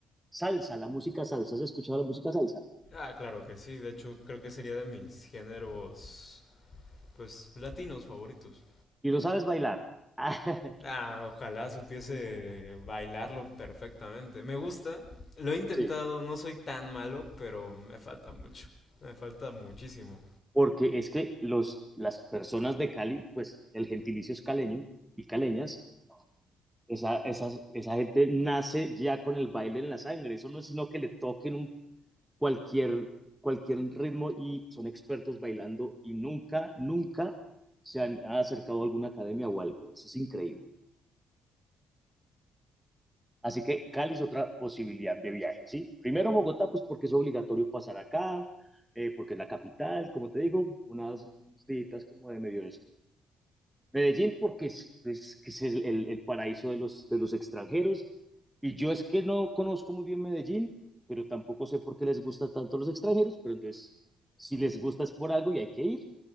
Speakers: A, in the centre; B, on the left (about 40°).
A: salsa, la música salsa. ¿Has escuchado la música salsa?
B: Ah, claro que sí, de hecho creo que sería de mis géneros, pues, latinos favoritos.
A: Y lo sabes bailar. <laughs>
B: Ah, ojalá supiese bailarlo perfectamente. Me gusta, lo he intentado,
A: Sí,
B: no soy tan malo, pero me falta mucho. Me falta muchísimo.
A: porque es que los, las personas de Cali, pues el gentilicio es caleño y caleñas, Esa, esas- esa gente nace ya con el baile en la sangre. Eso no es sino que le toquen un- cualquier, cualquier ritmo y son expertos bailando y nunca, nunca se han acercado a alguna academia o algo. Eso es increíble. Así que Cali es otra posibilidad de viaje, ¿sí? Primero Bogotá, pues porque es obligatorio pasar acá, eh, porque es la capital, como te digo, unas, unos días como de medio Medellín porque es, es, que es el, el el paraíso de los, de los extranjeros. Y yo es que no conozco muy bien Medellín, pero tampoco sé por qué les gusta tanto a los extranjeros, pero entonces, si les gusta es por algo y hay que ir.